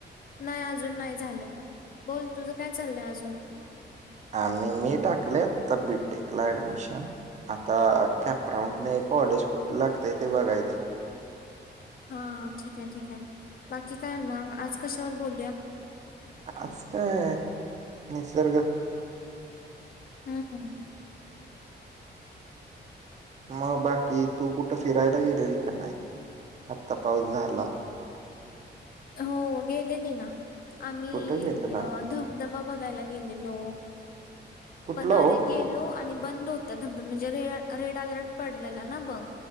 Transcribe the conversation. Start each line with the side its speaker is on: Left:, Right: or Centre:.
Left: नाही अजून नाही झालेलं बोल तुझ काय चाललंय अजून
Right: आ मी मी टाकले आता बी टेकला ऍडमिशन आता कॅपराऊंड नाही कॉलेज कुठ लागतय ते बघायचं.
Left: हा ठीक आहे ठीक आहे बाकी काय मग आज कशावर बोलूया.
Right: आज काय निसर्ग
Left: हम्म.
Right: मग बाकी तू कुठं फिरायला गेलेली का नाही आत्ता पाऊस झाला.
Left: हो गेलेली ना. आम्ही
Right: कुठं गेलेला?
Left: धबधबा बघायला गेलेलो.
Right: कुठला
Left: पण अरे
Right: हो?
Left: गेलो आणि बंद होता धमधम म्हणजे रे रेड अलर्ट पडलेला ना बघ.